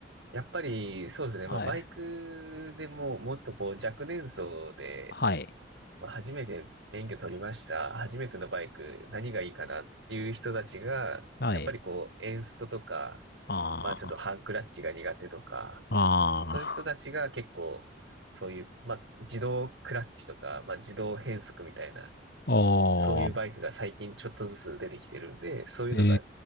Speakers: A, on the right; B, on the left.
A: やっぱり、そうですね。
B: <laughs> はい、
A: まあ、バイクでも、もっとこう、若年層で、
B: はい、
A: まあ初めて免許取りました。初めてのバイク、何がいいかなっていう人たちが、
B: はい。
A: やっぱりこう、エンストとか、
B: あ
A: まあちょっとハンクラッチが苦手とか、
B: あ、
A: そういう人たちが結構、
B: あ
A: そういう、まあ自動クラッチとか、まあ自動変速みたいな、
B: あ、
A: そういうバイクが最近ちょっとずつ出てきてるんで、
B: おー。
A: そういうのが、
B: え